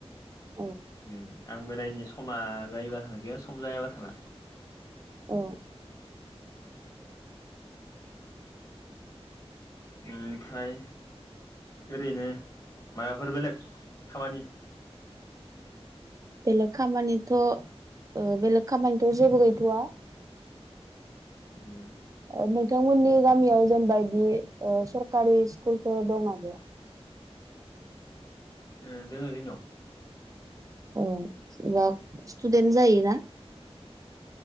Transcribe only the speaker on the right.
अ
अ
बेलेग खामानिथ' ओ बेलेग खामानिथ' जेबो गैथ'वा।
ओ नोंथांमोननि गामियाव जेनबा इदि सरकारि स्कुलफोर दंना गैया?
औ जेनबा स्टुदेन्ट जायोना?